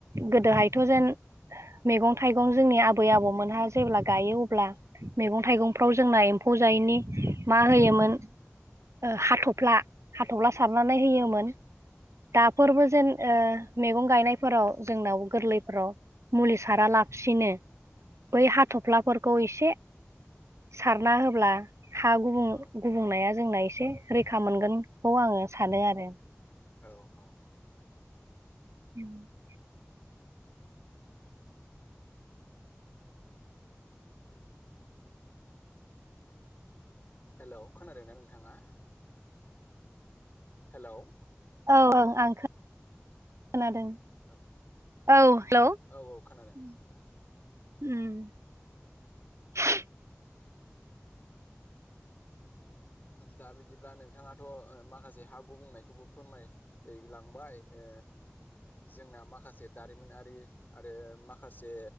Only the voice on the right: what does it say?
गोदोहायथ' जेन मैगं थाइगं जोंनि आबै आबौमोनहा जेब्ला गायो अब्ला मैगं थाइगं फफ्राव जोंना एमफौ जायिनि मा होयोमोन ओ हाथ' फ्ला हाथ'थफ्ला सारनानै होयोमोन दाफोरबो जेन ओ मैगं गायनायफोराव जोंनाव गोरलैफोराव मुलि सारा लाबसिनो बै हाथ'फ्लाफोरखौ एसे सारना होब्ला हा गुब
गुबुंनाया जोंना एसे रैखा रैखा मोनगोनखौ आङो सानो आरो
<inaudible>
औ औओ आं खोनादों
औ हेलौ
उम <unintelligible>